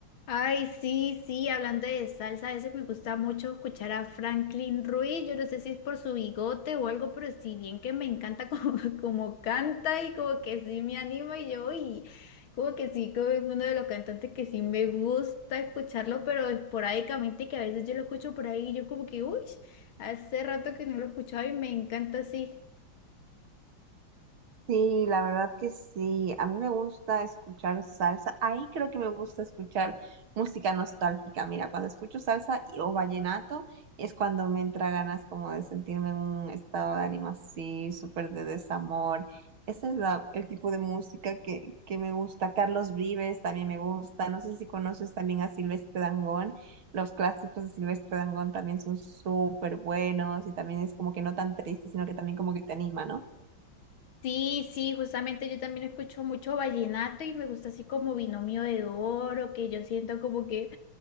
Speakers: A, on the left; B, on the right.
A: Ay, sí, sí, hablando de salsa, a veces me gusta mucho escuchar a Franklin Ruiz, yo no sé si es por su bigote o algo, pero si bien que me encanta como, <laughs> como canta y como que sí me anima y yo, y como que sí, como es uno de los cantantes que sí me gusta escucharlo, pero esporádicamente que a veces yo lo escucho por ahí y yo como que, uy, hace rato que no lo escuchaba y me encanta así.
B: Sí, la verdad que sí. A mí me gusta escuchar salsa. Ahí creo que me gusta escuchar música nostálgica. Mira, cuando escucho salsa y- o vallenato es cuando me entra ganas como de sentirme en un estado de ánimo así, súper de desamor. Ese es la, el tipo de música que, que me gusta. Carlos Vives también me gusta. No sé si conoces también a Silvestre Dangond. Los clásicos de Silvestre Dangond también son súper buenos y también es como que no tan triste, sino que también como que te anima, ¿no?
A: Sí, sí, justamente yo también escucho mucho vallenato y me gusta así como binomio de oro, que yo siento como que,